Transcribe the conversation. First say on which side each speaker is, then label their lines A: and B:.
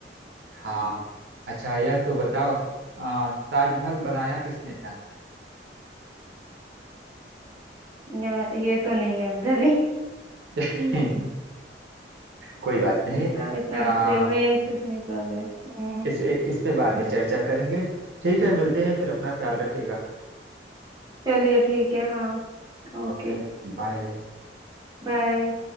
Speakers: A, on the right; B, on the right.
A: हाँ अच्छा यह तो बताओ आ, ताजमहल बनाया किसने था
B: या ये तो नहीं याद है अभी
A: <laughs> कोई बात
B: <laughs>
A: नहीं
B: इतना इतना
A: आ,
B: डिटेल में एक से नहीं पड़ा गया हम्म
A: इस इस पे बाद में चर्चा करेंगे ठीक है मिलते हैं फिर अपना ख्याल रखिएगा
B: चलिए ठीक है हाँ ओके
A: ओके बाय
B: बाय